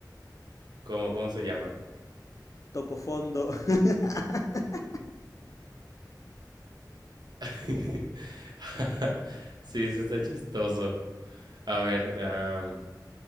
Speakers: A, on the right; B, on the left.
A: ¿Cómo, cómo se llama?
B: Tocó fondo. <laughs>
A: <laughs> Sí, eso está chistoso. A ver, am,